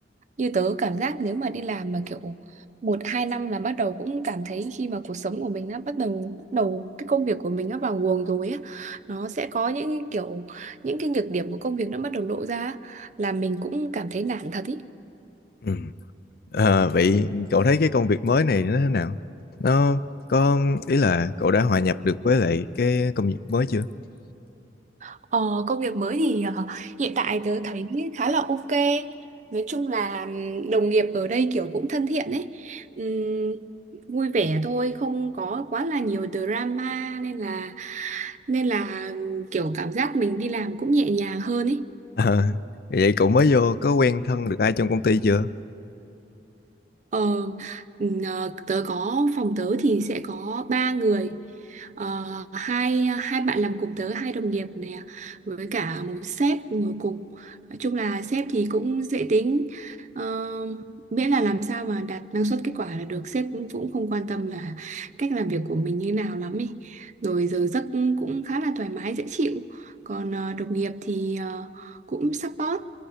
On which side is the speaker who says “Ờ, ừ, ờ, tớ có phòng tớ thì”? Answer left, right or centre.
Right